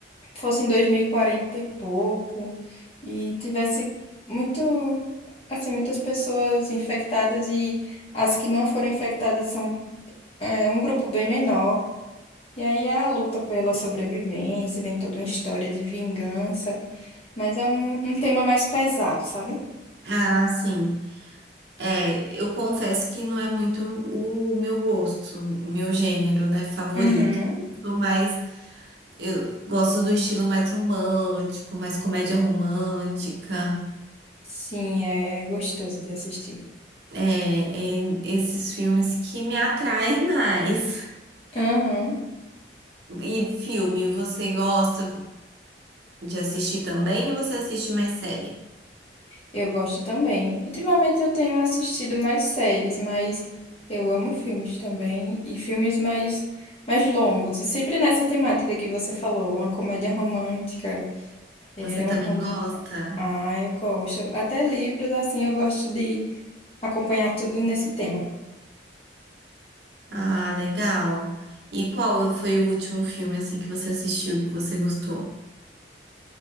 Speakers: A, on the left; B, on the right.
A: fosse em dois mil e quarenta e pouco, e tivesse muito. Assim, muitas pessoas infectadas, e as que não foram infectadas são é, um grupo bem menor. E aí é a luta pela sobrevivência, vem toda uma história de vingança, mas é um, um tema mais pesado, sabe?
B: Ah, sim. É, eu confesso que não é muito o meu gosto, meu gênero, né, favorito.
A: Uhum.
B: Eu sou mais Eu gosto do estilo mais romântico, mais comédia romântica.
A: Sim, é gostoso de assistir.
B: É, é esses filmes que me atraem mais.
A: Uhum.
B: E filme, você gosta de assistir também ou você assiste mais série?
A: Eu gosto também. Ultimamente eu tenho assistido mais séries, mas eu amo filmes também e filmes mais mais longos. E sempre nessa temática que você falou, uma comédia romântica, é
B: Você também
A: um romance.
B: gosta?
A: Ah, eu gosto. Até livros assim eu gosto de acompanhar tudo nesse tema.
B: Ah, legal. E qual foi o último filme assim que você assistiu que você gostou?